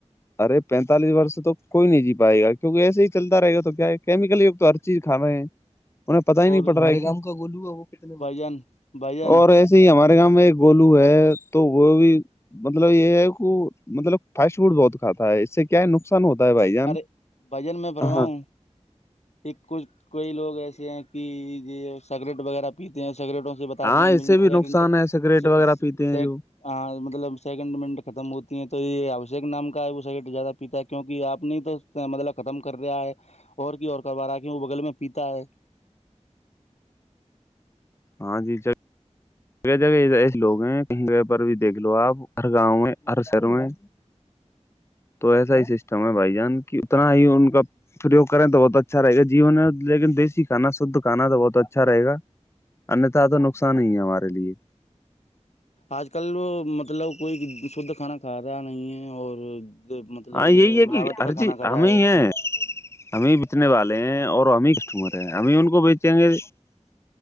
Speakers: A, on the left; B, on the left.
A: ارے پینتالیس ورس تو کوئی نہیں جی پائے گا کیونکہ ایسے ہی چلتا رہے گا تو کیا کیمیکل یوگت تو ہر چیز کھانا ہے انہیں پتتا ہی نہیں
B: اور
A: پڑ رہا ہے کا وہ ک
B: بھجن بھجن
A: اور جے ہمارے گاؤں میں ایک گولو ہے تو وہ بھی مطلب یہ ہے کہ مطلب فاسٹ فوڈ بہت کھاتا ہے اس سے کیا نقصان ہوتا ہے بھائی جان
B: ارے بھجن میں بھروا
A: ہاں
B: ہوں ایک کچھ کوئی لوگ ایسے ہیں کہ یہ سگریٹ وغیرہ پیتے ہیں سگریٹوں سے بتاتے
A: ہاں
B: ہیں منٹ
A: اس سے بھی
B: سیکنڈ
A: نقصان
B: تک
A: ہے سگریٹ وغیرہ پیتے
B: س
A: ہیں جو
B: ہاں مطلب سیکنڈ منٹ ختم ہوتی ہیں تو یہ ابشیک نام کا ہے وہ سیکنڈ زیادہ پیتا کیوںکہ آپ نہیں تو مطلب ختم کر رہیا ہے اور کی اور کروا رہا کیوں وہ بغل میں پیتا ہے
A: ہاں جی جگہ جگہ ایسے لوگ ہیں کہیں جہ پر بھی دیکھ لو آپ ہر گاؤں میں ہر شہر میں تو ایسا ہی سسٹم ہے بھائی جان کی اتنا ہی ان کا پرریوگ کریں تو بہت اچھا رہےا جیون ہے لیکن دیسی کانا شدھ کانا تو بہت اچھا رہےا انیہتھا تو نقصان ہی ہے ہمارے لیے
B: آج کل مطلب کوئی شدھ کھانا کھا رہا نہیں ہے اور مطلب
A: ہاں
B: یہ
A: یہی ہے
B: ملاوٹ
A: کہ
B: کا
A: ارجی
B: کھانا کھا رہا
A: ہمیں ہے ہمیں بیچنے والے ہیں اور ہمیں کسٹمر ہیں ہمیں ان کو بیچیں گے
B: ج